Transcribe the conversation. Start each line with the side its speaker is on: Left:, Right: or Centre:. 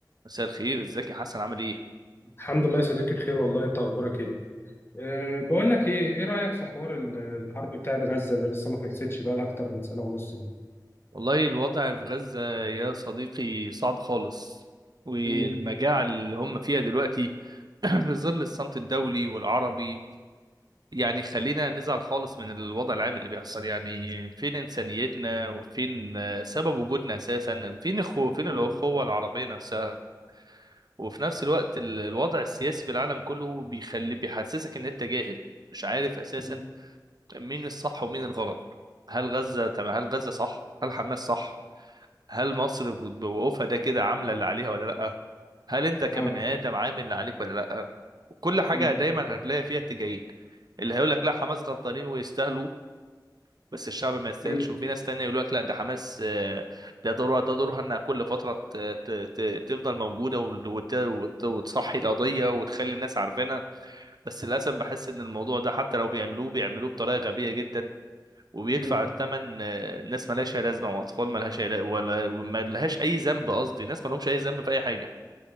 Right: مساء الخير ازيك يا حسن عامل ايه
Left: الحمد لله يا صديقي بخير والله انت اخبارك ايه أه بقول لك ايه ايه رايك في حوار ال- الحرب بتاعت غزه اللي لسه ما خلصتش بقى لها اكتر من سنه ونص دي
Right: والله الوضع في غزة يا صديقي صعب خالص والمجاعة
Left: امم
Right: اللي هم فيها دلوقتي <clears throat> في ظل الصمت الدولي والعربي يعني خلينا نزعل خالص من الوضع العام اللي بيحصل يعني فين إنسانيتنا وفين آه، سبب وجودنا أساسا فين الخو فين
Left: امم
Right: الأخوة العربية نفسها وفي نفس الوقت ال- الوضع السياسي في العالم كله بيخلي بيحسسك إن أنت جاهل مش عارف أساسا
Left: امم
Right: مين الصح ومين الغلط هل غزة تمام هل غزة صح هل حماس صح هل مصر بوقوفها ده كده عاملة اللي عليها ولا لأ هل أنت كبني
Left: اه
Right: آدم عامل اللي عليك ولا لأ كل حاجة
Left: امم
Right: دايما هتلاقي فيها اتجاهين اللي هيقول لك لا حماس غلطانين ويستاهلوا بس الشعب ما يستاهلش
Left: امم
Right: وفي ناس تانية يقول لك لا ده حماس آه، ده دورها ده دورها انها كل فترة ت- ت- ت- تفضل موجودة وت- وت- وتصحي القضية وتخلي الناس عارفينها بس للأسف بحس إن الموضوع ده حتى لو بيعملوه بيعملوه بطريقة غبية جدا وبيدفع
Left: امم
Right: الثمن آه، ناس مالهاش أي لازمة وأطفال مالهاش أي لا- ولا ما لهاش أي ذنب قصدي ناس مالهمش أي ذنب في أي حاجة